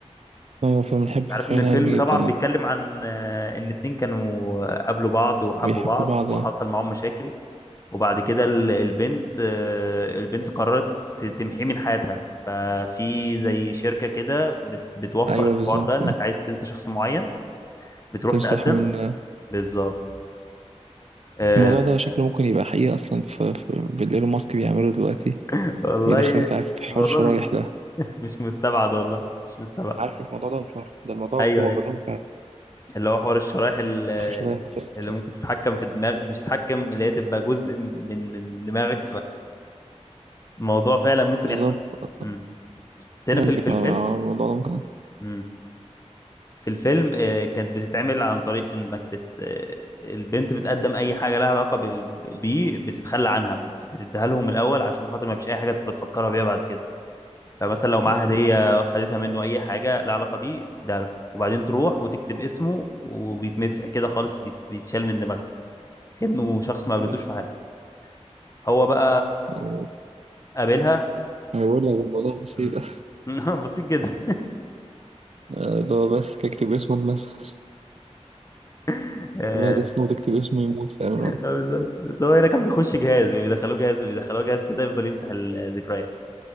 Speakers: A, on the right (about 65°); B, on the left (about 25°).
A: ايوه فاهم بنحب الخيال
B: عارف ان الفيلم
A: العلمي
B: طبعا
A: جدا يعني
B: بيتكلم عن آه، ان اتنين كانوا قابلوا بعض وحبوا
A: بيحبوا
B: بعض
A: بعض
B: وحصل معاهم مشاكل وبعد كده ال- البنت آه، البنت قررت ت- تمحيه من حياتها ففي زي شركة كده بت- بتوفر
A: ايوه
B: الحوار
A: بالظبط
B: ده انك عايز تنسى شخص معين بتروح
A: تمسحوا
B: تقدم
A: من
B: بالظبط آه،
A: الموضوع ده شكله ممكن يبقى حقيقي اصلا في, في... بالايلون ماسك بيعمله دلوقتي
B: <laughs> والله
A: بيدخل تعرف في حوار
B: الموضوع
A: شرايح
B: مش
A: ده
B: <laughs> مش مستبعد والله مش مستبعد
A: عارف الموضوع ده مش عارف ده الموضوع
B: ايوه
A: هو
B: ايوه
A: بيقولهم
B: اللي هو حوار الشرايح ال- ال-
A: شوية بس
B: اللي ممكن تتحكم في دماغك مش تتحكم اللي هي تبقى جزء من من دماغك فالموضوع فعلا ممكن
A: بالظبط
B: يحصل امم بس هنا
A: هزج
B: في ال- في الفيلم
A: مع الموضوع ده ممكن
B: امم. في الفيلم آه، كانت بتتعمل عن طريق انك بت آه، البنت بتقدم اي حاجه لها علاقه بال- بيه بتتخلى عنها بت- بتديها لهم الاول عشان خاطر ما فيش اي حاجه تبقى تفكرها بيها بعد كده فمثلا لو معاها
A: اه
B: هديه خدتها منه اي حاجه لها علاقه بيه تديها له وبعدين تروح وتكتب اسمه وبيتمسح كده خالص بيت- بيتشال من دماغها كأنه شخص ما قابلتوش
A: بس
B: في حياته
A: كده.
B: هو بقى
A: أقول
B: قابلها
A: أقول لك الموضوع بسيط
B: مم. <laughs> بسيط جدا
A: آه، اللي هو بس كاكتب اسمه اتمسح
B: <laughs>
A: الواحد يسنو تكتب اسمه يموت فاهم الواحد
B: <laughs> اه بالظبط بس هو هنا كان بيخش جهاز بيدخلوه جهاز بيدخلوه جهاز كده يفضل يمسح الذكريات